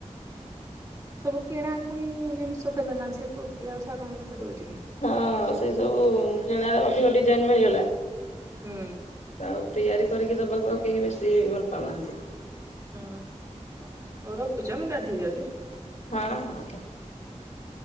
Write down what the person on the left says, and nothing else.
ହଁ, ସେଇ ସବୁ କିଣାରେ ଅଧିକ ଡିଜାଇନ୍ ମିଳିଗଲା।
ଆଉ ତିଆରି କରିକି ଦବାକୁ ଆଉ କେହି ବେଶୀ ଭଲପାଉ ନାହାନ୍ତି।
ହଁ ହଁ।